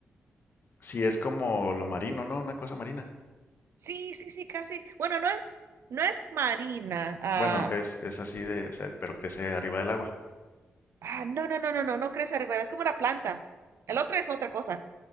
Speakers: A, on the left; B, on the right.
A: Si es como lo marino, ¿no? Una cosa marina.
B: Sí, sí, sí, casi. Bueno, no es, no es marina. Ah,
A: Bueno, es, es así de, o sea, pero crece arriba del agua.
B: ah, no, no, no, no, no, no crece ribera, es como una planta. El otro es otra cosa.